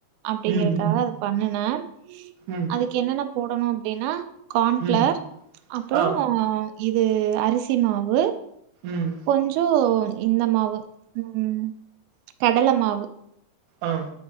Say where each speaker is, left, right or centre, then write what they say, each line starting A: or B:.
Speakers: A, on the right; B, on the right.
A: அப்படிங்கறக்காக
B: ம் ம்
A: அது பண்ணுனே
B: ம்
A: அதுக்கு என்னென்ன போடணு அப்டின்னா கான் ஃபிளார்
B: ம்
A: அப்புறோ
B: ஆ
A: ஆஹ் இது அரிசி மாவு
B: ம்
A: கொஞ்சோ இந்தமாவு உம் கடல மாவு
B: ஆஹ்ம்